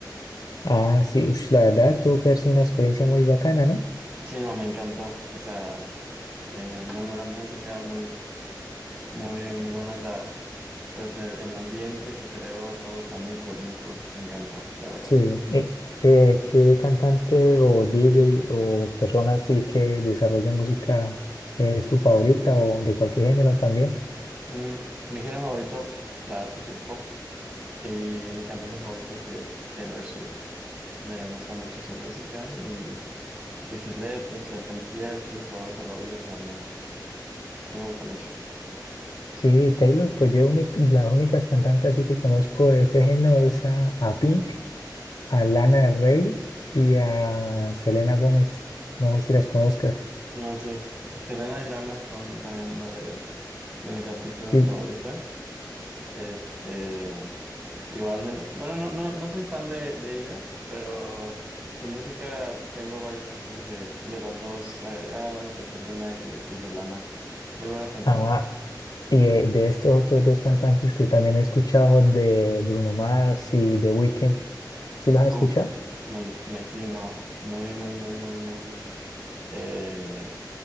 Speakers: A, on the left (about 70°); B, on the right (about 35°).
A: Ah, sí, ush, la verdad, tuvo que haber sido una experiencia muy bacana, ¿no?
B: Sí, no, me encantó. O sea, eh, muy buena música, muy, muy buena la Pues el, el ambiente que creó todo está muy cool, muy cool. Me encantó, la verdad.
A: Sí, eh, ¿qué, qué cantante o DJ o persona así que desarrolle música es tu favorita o de cualquier género también?
B: Mm, mi género favorito, la verdad, que es el pop. Y mi cantante favorita sí es Taylor Swift. Me gusta mucho su música y, y sus letras y el concierto y todo ese rollo. O sea, me, sí me gusta mucho.
A: Sí, Taylor, pues yo uni- las únicas cantantes así que conozco de ese género es a, a Pink, a Lana del Rey y a Selena Gómez. No sé si las conozcas.
B: No, sí. Selena y Lana son también una de, de mis artistas
A: Sí.
B: favoritas. Este, igual, me- bueno, no, no, no soy fan de, de ellas, pero su música tengo varias canciones de, de las dos agregadas, de Selena y de, y de Lana. Muy buenas cantantes.
A: Ah, y eh, de estos otros dos cantantes que también he escuchado, de Bruno Mars y The Weeknd, ¿sí los has escuchado?
B: Uf, me, enc- me sí, no, muy, muy, muy, muy, muy, eh,